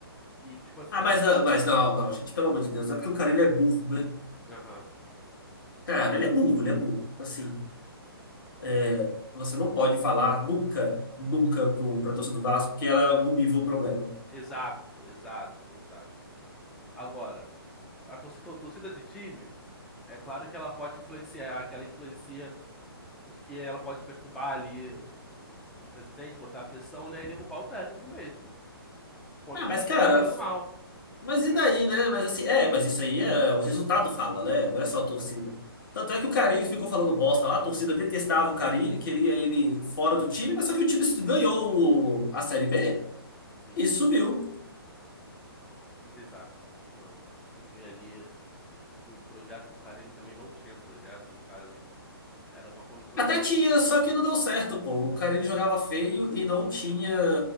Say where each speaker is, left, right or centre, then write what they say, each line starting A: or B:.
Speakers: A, in the centre; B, on the left (about 55°).
A: E, tipo assim,
B: Ah, mas,
A: a gente.
B: não- mas não, não, gente, pelo amor de Deus, é porque o cara ele é burro, né?
A: Aham,
B: Cara, ele é burro, ele é burro. Assim.
A: é,
B: É, você não pode falar nunca, nunca pro, pra
A: é.
B: torcida do Vasco que ela é algum nível o problema.
A: Exato, exato, exato. Agora, a torcida, a torcida de time, é claro que ela pode influenciar, que ela influencia porque ela pode perturbar ali o- o- um presidente, botar pressão, né, e derrubar o técnico mesmo. Quando
B: Ah,
A: o cara
B: mas
A: estiver
B: cara,
A: trabalhando mal,
B: mas
A: né?
B: e daí, né? Mas assim, é, mas isso aí é o resultado fala, né? Não é só a torcida. Tanto é que o Carille ficou falando bosta lá, a torcida detestava o Carille, queria ele fora do time, mas só que o time ganhou o- a Série B
A: Sim.
B: e subiu.
A: Exato. Não. E tu vê ali que o projeto do cara, ele também não tinha projeto, no caso. Era uma conjunção
B: Até
A: de fatores.
B: tinha, só que não deu certo, pô. O Carille jogava feio e não tinha